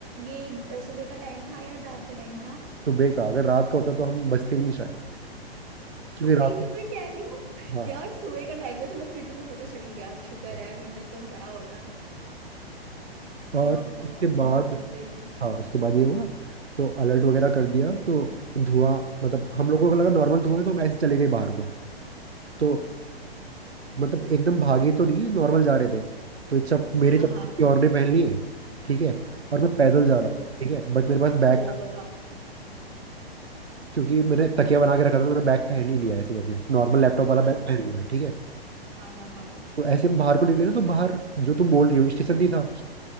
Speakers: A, on the right; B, on the right.
A: ये अ, सुबह का टाइम था या रात का टाइम था
B: सुबह का अगर रात का होता तो हम बचते भी नहीं शायद क्योंकि
A: वही
B: रात
A: तो मैं कह रही हूँ
B: हाँ हाँ।
A: यार सुबह का टाइम था चलो फिर तुम्हें पता चल गया शुक्र
B: हाँ।
A: है वरना तो क्या होता क्या
B: और
A: होता
B: उसके
A: यार
B: बाद
A: तुम आज होते ही नहीं
B: हाँ उसके बाद ये हुआ तो अलर्ट वगैरह कर दिया तो धुआं मतलब हम लोगों को लगा नॉर्मल धुआं है तो हम ऐसे चले गए बाहर को तो मतलब एकदम भागे तो नहीं है नॉर्मल जा रहे थे तो ये चप मेरे
A: हाँ
B: चप्पल
A: हाँ
B: किसी और ने पहन लिए ठीक है और मैं पैदल जा
A: हम्म
B: रहा हूँ ठीक है बट मेरे पास बैग
A: ओ
B: था
A: बताओ
B: क्योंकि मैंने तकिया बना के रखा था तो मैंने बैग पहन ही लिया ऐसे करके नॉर्मल लैपटॉप वाला
A: अच्छा
B: बैग
A: अच्छा
B: पहन लिया ठीक है
A: हाँ हाँ हाँ
B: तो ऐसे हम बाहर को निकले ना तो बाहर जो तुम बोल रही हो स्टेशन नहीं था